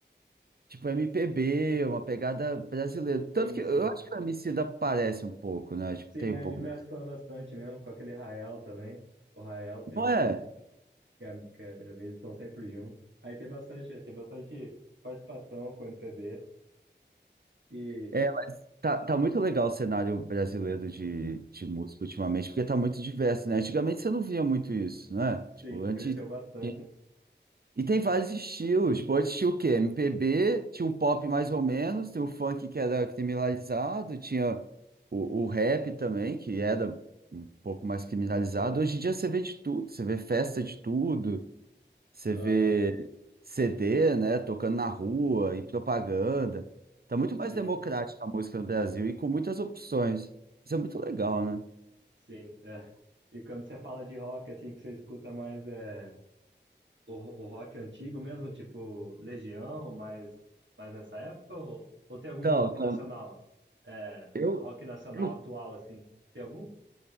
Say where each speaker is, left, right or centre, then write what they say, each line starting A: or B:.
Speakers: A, on the right; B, on the right.
A: Tipo MPB, uma pegada brasileira. Tanto
B: sim,
A: que
B: sim.
A: eu acho que o Emicida parece um pouco, né? Tipo,
B: Sim,
A: tem
B: aí
A: um pouco
B: ele mescla
A: da...
B: bastante mesmo, com aquele Rael também. O Rael tem
A: Não
B: bastante.
A: é?
B: que, é- que é- eles estão sempre juntos. Aí tem bastante, tem bastante participação com o MPB e
A: É, tá, tá muito legal o cenário brasileiro de, de música ultimamente, porque tá muito diverso, né? Antigamente você não via muito isso, né?
B: sim,
A: Tipo, antes...
B: cresceu bastante.
A: tinha-
B: né?
A: E tem vários estilos. Tipo, antes tinha o quê? MPB, tinha um pop mais ou menos, tem o funk que era criminalizado, tinha o, o rap também, que era um pouco mais criminalizado. Hoje em dia você vê de tudo, você vê festa de tudo, Você
B: Aham,
A: vê CD, né, tocando na rua e propaganda. Tá muito mais
B: sim,
A: democrática a música no Brasil e com muitas opções. Isso é muito legal, né?
B: sim. é. E quando você fala de rock, assim, que você escuta mais é, o, o rock antigo mesmo, tipo Legião, mais, mais nessa época, ou, ou tem algum
A: Então,
B: rock
A: tam-
B: nacional? É,
A: eu,
B: rock nacional
A: eu,
B: atual, assim, tem algum